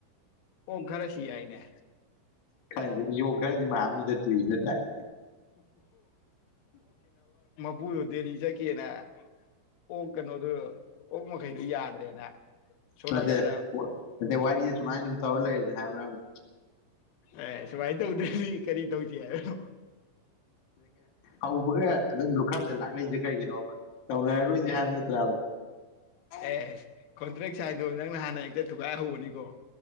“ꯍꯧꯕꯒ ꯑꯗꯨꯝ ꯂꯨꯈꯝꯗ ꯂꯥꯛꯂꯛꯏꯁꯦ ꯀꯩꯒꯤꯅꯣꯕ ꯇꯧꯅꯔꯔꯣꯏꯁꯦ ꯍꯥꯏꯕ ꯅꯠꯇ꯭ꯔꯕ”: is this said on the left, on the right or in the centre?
Left